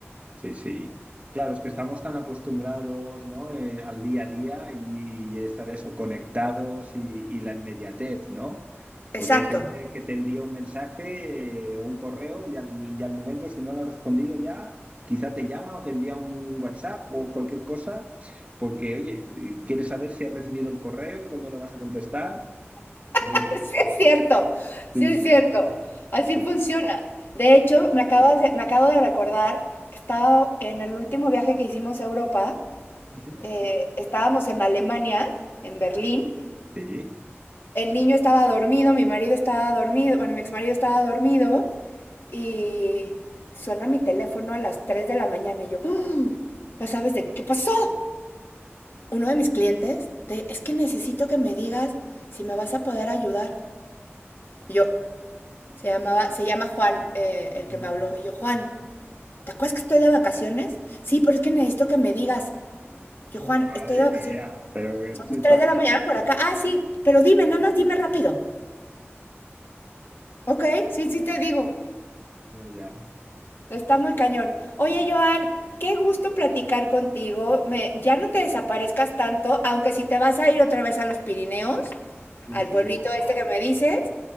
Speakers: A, on the right; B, on the left.
A: Sí, sí. Claro, es que estamos tan acostumbrados, ¿no? eh, al día a día y, y estar eso, conectados y, y la inmediatez, ¿no? Porque
B: Exacto.
A: hay gente que te envía un mensaje eh, o un correo y al, y al momento, si no le has respondido ya, quizá te llama o te envía un WhatsApp o cualquier cosa, porque, oye, quieres saber si has recibido el correo y cuándo lo vas a contestar. Sí,
B: <laughs> Sí es cierto, sí
A: sí,
B: es
A: sí,
B: cierto. Así
A: sí,
B: funciona.
A: sí.
B: De hecho,
A: Sí.
B: me acabas de- me acabo de recordar que estaba en el último viaje que hicimos a Europa,
A: Ujú,
B: eh, estábamos en Alemania, en Berlín.
A: Sí.
B: El niño estaba dormido, mi marido estaba dormido, bueno, mi exmarido estaba dormido y suena mi teléfono a las 3 de la mañana y yo, "Ah, ¿ya sabes de qué pasó? Uno de mis clientes, de, es que necesito que me digas si me vas a poder ayudar. Y yo, Se llamaba, se llama Juan, eh, el
A: ujú.
B: que me habló. Y yo, Juan, ¿te acuerdas que estoy de vacaciones? Sí, pero es que necesito que me digas. Yo, Juan,
A: Madre
B: estoy de vacaciones.
A: mía, pero eh,
B: Son
A: si
B: las
A: estás,
B: 3 de la mañana por acá. Ah, sí, pero dime, nada más dime rápido. Ok, sí, sí te digo.
A: Ya, ya.
B: Está muy cañón. Oye, Joan, qué gusto platicar contigo. Me, ya no te desaparezcas tanto, aunque si te vas a ir otra vez a los Pirineos,
A: Sí,
B: al
A: sí.
B: pueblito este que me dices,